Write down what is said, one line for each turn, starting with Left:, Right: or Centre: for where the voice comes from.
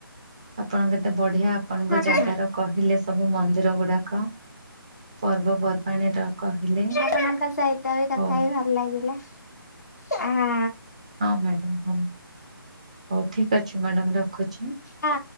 Right: ଆପଣ କେତେ ବଢିଆ ଆପଣଙ୍କ
Left: ହଁ
Right: ଜାଗାର
Left: ହଁ।
Right: କହିଲେ ସବୁ ମନ୍ଦିର ଗୁଡାକ ପର୍ବପର୍ବାଣି କହିଲେ
Left: ତାଙ୍କ ସହିତ ବି କଥା
Right: ହଉ
Left: ହେଇ ଭଲ ଲାଗିଲା ଥା
Right: ହଁ ମ୍ୟାଡ଼ମ୍ ହଉ ହଉ ଠିକ ଅଛି ମ୍ୟାଡ଼ମ୍ ରଖୁଛି।
Left: ହଁ।